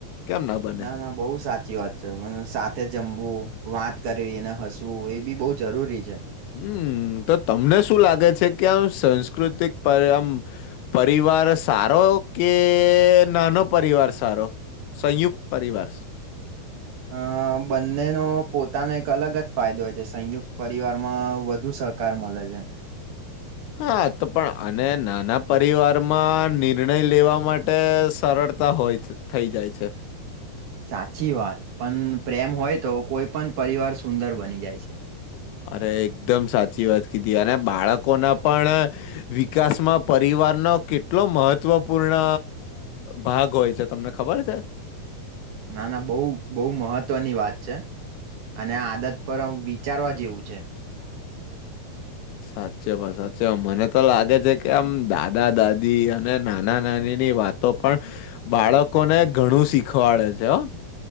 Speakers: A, on the left (about 80°); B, on the right (about 65°).
A: કેમ બને
B: ના ના બહુ સાચી વાત છે. મ સાથેજ જમવું, વાત કરવી એને હસવું એ બી બઉુ જરૂરી છે.
A: હમ્મ તો તમને શું લાગે છે. કે આમ સાસ્કૃતિક પર આમ પરી વાર સારો, કે નાનો પરિવાર સારો? સંયુક્ત પરવાર.
B: અ બંનેનો પોતાનો એક અલગ જ ફાયદો હોય છે. સંયુક્ત પરિવાર માં વધુ સહકાર મળે છે.
A: હા તો પણ અને નાના પરિવારમાં નિર્ણય લેવા માટે સરળતા હોય થઈ જાય છે.
B: સાચી વાત. પણ પ્રેમ હોય તો કોઈ પણ પરિવાર સુંદર બની જાય છે.
A: અરે એકદમ સાચી વાત કીધી. અને બાળકોના પણ વિકાસમાં પરિવારનો કેટલો મહત્વપૂર્ણ ભાગ હોય છે તમને ખબર છે?
B: ના ના બહુ બહુ મહત્વની વાત છે. અને આદત પર વિચારવા જેવું છે.
A: સાચે ભાઈ સાચે મને તો લાગે છે કે આમ દાદા દાદી અને નાના નાની ની વાતો પણ બાળકોને ઘણું શીખવાડે છે હો.